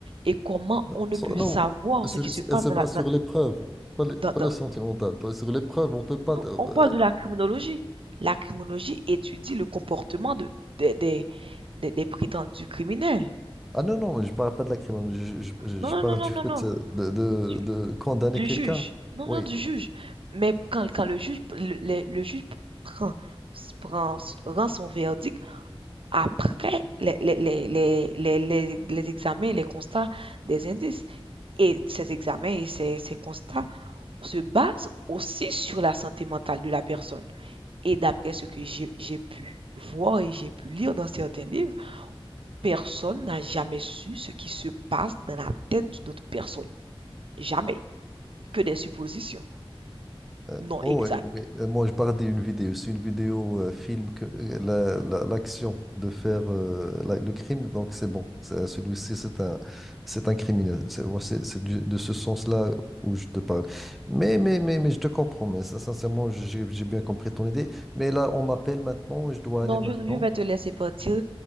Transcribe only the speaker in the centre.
Non,
son-
non,
c'est-
c'est-
elle se
base sur les preuves, pas le, pas
le sentimental. Pas sur les preuves, on peut pas.
euh,
Ah non, non, je parle pas de la crime. Je, je- je-
je parle
du
fait
euh, de, de-
de condamner
quelqu'un.
Oui,
Euh,
oh
ouais, mais, euh, moi je parlais une vidéo, c'est une vidéo euh, film que euh, la- la- l'action de faire euh, la- le crime, donc c'est bon. C'est- Celui-ci c'est un c'est un criminel. C'est moi, c'est- c'est du- de ce sens-là où je te parle. Mais mais mais mais je te comprends. Mais ça, sincèrement, j'ai j'ai bien compris ton idée. Mais là on m'appelle maintenant, je dois
aller maintenant.